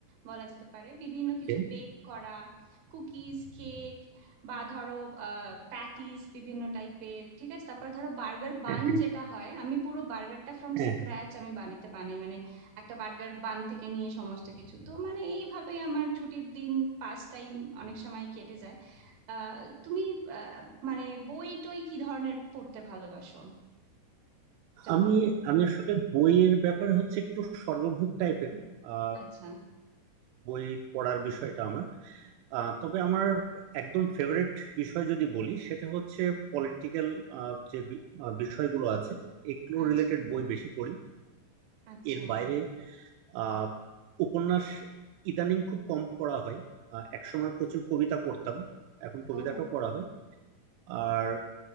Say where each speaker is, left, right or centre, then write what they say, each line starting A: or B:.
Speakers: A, on the right; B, on the right.
A: বলা যেতে পারে বিভিন্ন কিছু
B: okay,
A: বেক করা কুকিজ কেক বা ধরো প্যাটিস বিভিন্ন টাইপের ঠিক আছে তারপর ধরো বার্গার বান
B: হ্যাঁ হ্যাঁ
A: যেটা হয় আমি পুরো বার্গারটা ফ্রম
B: হ্যাঁ
A: স্ক্র্যাচ
B: হ্যাঁ।
A: আমি বাড়িতে বানাই মানে একটা বার্গার বান থেকে নিয়ে সমস্ত কিছু তো মানে এইভাবেই আমার ছুটির দিন পাস টাইম অনেক সময় কেটে যায় আহ তুমি আহ, মানে বই টই কি ধরনের পড়তে ভালোবাসো যখন
B: আমি আমি আসলে বইয়ের ব্যাপারে হচ্ছে একটু সর্বভুক টাইপের আহ
A: আচ্ছা
B: বই পড়ার বিষয়টা আমার আহ তবে আমার একদম ফেভারিট বিষয় যদি বলি সেটা হচ্ছে পলিটিক্যাল যে বি- আহ, বিষয়গুলো আছে এগুলো
A: আচ্ছা
B: রিলেটেড বই বেশি পড়ি
A: আচ্ছা
B: এর বাইরে আহ, উপন্যাস ইদানিং খুব কম পড়া হয় আহ, একসময় প্রচুর কবিতা পড়তাম এখন কবিতাটাও
A: ও
B: পড়া হয় আর